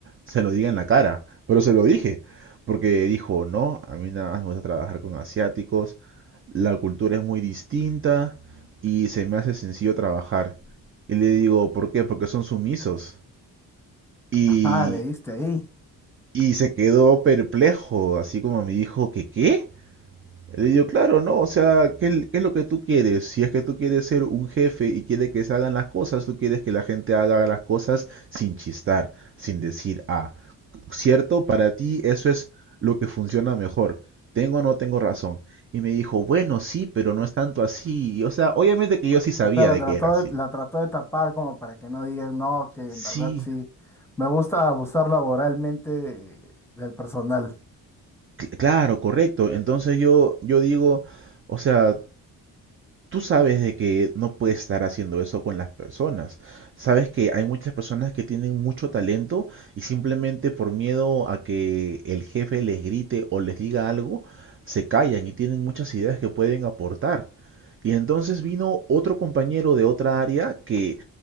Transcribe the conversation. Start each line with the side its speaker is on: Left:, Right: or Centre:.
Right: se lo diga en la cara. Pero se lo dije, porque dijo, no, a mí nada más me gusta trabajar con asiáticos, la cultura es muy distinta y se me hace sencillo trabajar. Y le digo, ¿por qué? Porque son sumisos. Y,
Centre: Ajá, leíste ahí.
Right: y se quedó perplejo, así como me dijo, ¿que qué? Le digo, claro, ¿no? O sea, ¿qué, es- qué es lo que tú quieres? Si es que tú quieres ser un jefe y quieres que se hagan las cosas, tú quieres que la gente haga las cosas sin chistar, sin decir, ah, ¿cierto? Para ti eso es lo que funciona mejor. ¿Tengo o no tengo razón? Y me dijo, bueno, sí, pero no es tanto así. Y, O sea, obviamente que yo sí sabía
Centre: O sea, la
Right: de
Centre: trató
Right: que era así.
Centre: de, la trató de tapar como para que no digan, no, que en
Right: Sí,
Centre: verdad sí. Me gusta abusar laboralmente de- del personal.
Right: cl- claro, correcto. Entonces yo, yo digo, o sea, Tú sabes de que no puedes estar haciendo eso con las personas. Sabes que hay muchas personas que tienen mucho talento y simplemente por miedo a que el jefe les grite o les diga algo, se callan y tienen muchas ideas que pueden aportar. Y entonces vino otro compañero de otra área que